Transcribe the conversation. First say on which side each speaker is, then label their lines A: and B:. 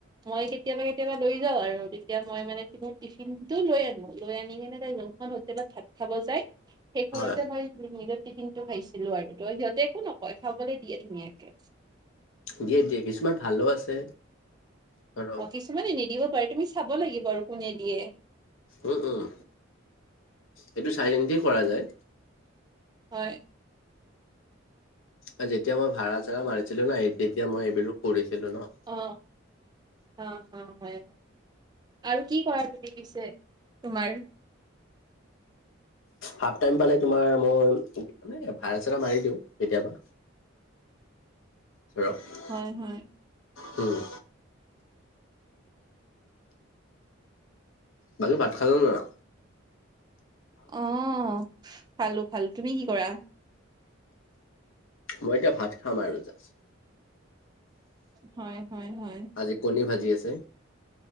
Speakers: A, on the right; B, on the left.
A: মই কেতিয়াবা কেতিয়াবা লৈ যাওঁ আৰু তেতিয়া মই মানে মোৰ টিফিন টো লৈ আনো, লৈ আনি কিনে তাই যোনখন হোটেলত ভাত খাব যায়। সেইখনতে
B: হয়
A: মই মোৰ নিজৰ টিফিনটো খাইছিলো আৰু ত' সিহঁতে একো নকয় খাবলে দিয়ে ধুনীয়াকে।
B: দিয়ে দিয়ে কিছুমান ভালো আছে। ধৰক
A: অঁ কিছুমানে নিদিব পাৰে তুমি চাব লাগিব আৰু কোনে দিয়ে।
B: উম উম। এইটো চাই চিন্তি কৰা যায়।
A: হয়।
B: এ যেতিয়া মই ভাড়া ছাড়া মাৰিছিলো ন তেতিয়া মই এইবিলো কৰিছিলোঁ ন।
A: অঁ, অহ অহ হয়। আৰু কি কৰা তুমি পিছে? তোমাৰ
B: হাফ টাইম পালে তোমাৰ মই মানে ভাড়া ছাড়া মাৰি দিওঁ কেতিয়াবা। ধৰক
A: হয় হয়।
B: উম। বাকী ভাত খালা না না?
A: অঁ খালো খালো। তুমি কি কৰা?
B: মই এতিয়া ভাত খাম আৰু জাষ্ট।
A: হয় হয় হয়।
B: আজি কণী ভাজি আছে